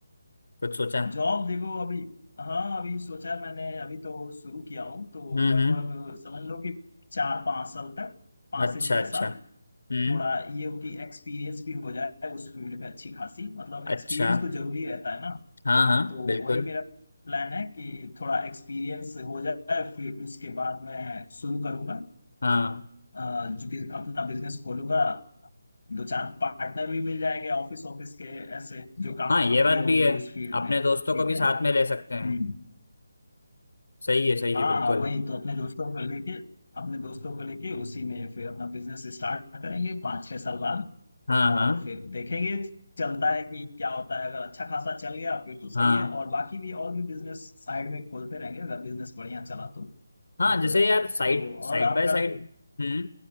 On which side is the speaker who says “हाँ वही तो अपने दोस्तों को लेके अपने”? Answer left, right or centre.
Left